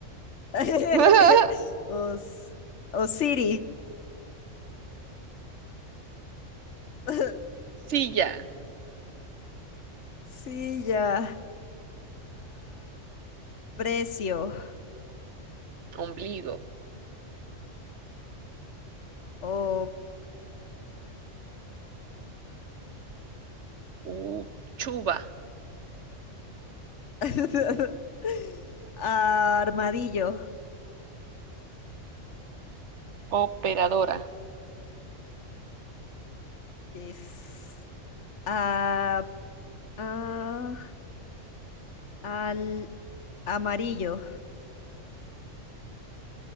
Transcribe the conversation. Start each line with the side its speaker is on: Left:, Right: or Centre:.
Left: <laughs>
Right: <laughs>
Left: Os, Osiris. <laughs>
Right: Silla,
Left: Silla. Aprecio.
Right: ombligo,
Left: Otaku.
Right: U, Chuba,
Left: <laughs> Armadillo
Right: operadora,
Left: es a- a- al amarillo.